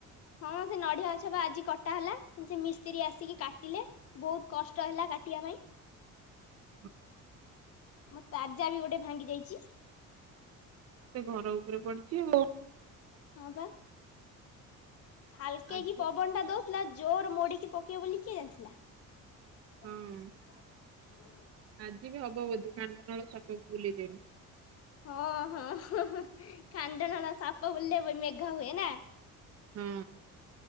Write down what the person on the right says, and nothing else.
<inaudible>
ତେ ଘର ଉପରେ ପଡିଛି ଆଉ।
ଆଜି
ହଁ
ଆଜି ବି ହବ ବୋଧି କାଣ୍ଡ ନଳ ସକା ଭଲି ଦିନ
ହୁଁ